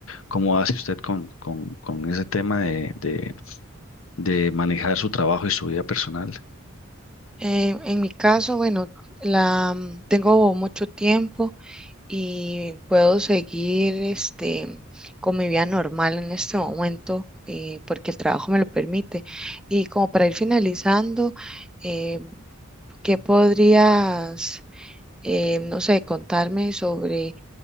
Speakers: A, on the left (about 75°); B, in the centre.
A: cómo hace usted con, con, con ese tema de, de- de manejar su trabajo y su vida personal.
B: Eh, en mi caso, bueno, la, mm, tengo mucho tiempo y puedo seguir este, con mi vida normal en este momento eh, porque el trabajo me lo permite. Y como para ir finalizando, eh, ¿qué podrías, eh, no sé, contarme sobre